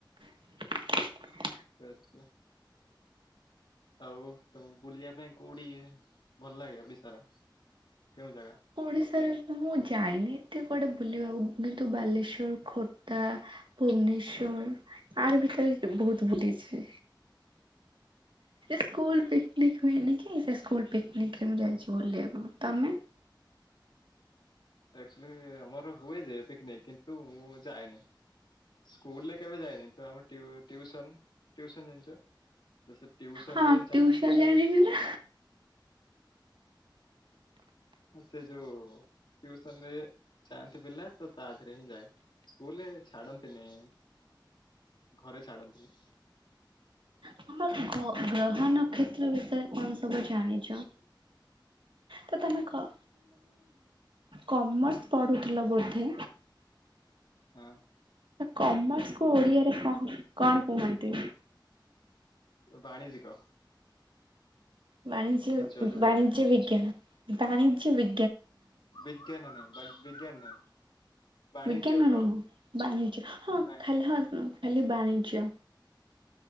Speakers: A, on the right; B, on the left.
A: <inaudible>
B: ଆଚ୍ଛା। ଆଉ ତମ ବୁଲିବା ପାଇଁ କୋଉଠି ଭଲ ଲାଗେ ଓଡିଶାର? କେଉଁ ଜାଗା?
A: ଓଡ଼ିଶରେ ମୁଁ ଯାଇନି। ଏତେ କୁଆଡେ ବୁଲିବାକୁ କିନ୍ତୁ ବାଲେଶ୍ଵର ଖୋର୍ଦ୍ଧା ଭୁବନେଶ୍ଵର ଆର ଭିତରେ ବହୁତ ବୁଲିଛି ସ୍କୁିକ ହୁଏନି କି ସେ ସ୍କୁଲ ପିକନିକ ମୁଁ ଯାଇଛି ବୁଲିବାକୁ ତମେ?
B: ଆଚୁଲି ଆମର ହୁଏ ଯେ ପିକନିକ କିନ୍ତୁ ମୁଁ ଯାଏନି। ସ୍କୁଲ ରେ କେବେ ଯାଇନି ତ ଆମ ଟିଉସନ ଟିଉସନ ଜାଣିଛ? ତ ସେ ଟିଉସନ
A: ହଁ
B: ନେଇ
A: ଟ୍ୟୁସନ
B: ଯାଆନ୍ତି ଯେବେ
A: ଜାଣିନି ନା
B: ସେ ଯୋଉୁସନରେ ଚାଆନ୍ତି ପିଲା ତ ତା ଦେରେ ହିଁ ଯାଏ ସ୍କୁଲ ଛାଡନ୍ତି ମେନ ଘରେ ଛାଡନ୍ତିନି।
A: ଆମର ଗ ଗ୍ରହ ନକ୍ଷତ୍ର ବିଷୟରେ କଣ ସବୁ ଜାଣିଛ? ତ ତମେ କହ କମର୍ସ ପଢ଼ୁଥିଲ ବୋଧେ?
B: ହଁ।
A: କମର୍ସ କୁ ଓଡିଆରେ କ କଣ କୁହନ୍ତି?
B: ବାଣିଜିକ
A: ବାଣିଜ୍ୟ
B: ଯୋଉଟା
A: ବାଣିଜ୍ୟ
B: କୁହନ୍ତି।
A: ବିଜ୍ଞାନ ବାଣିଜ୍ୟ ବି
B: ବିଜ୍ଞାନ ନାଇ ବାଣି ବିଜ୍ଞାନ ନାହିଁ ବାଣିଜ୍ୟ
A: ବିଜ୍ଞାନ
B: କେବଳ
A: ନୁହଁ ବାଣିିଜ ହଁ
B: କାହିଁ
A: ଖାଲି ହଁ ଖାଲି ବାଣିଜ୍ୟ।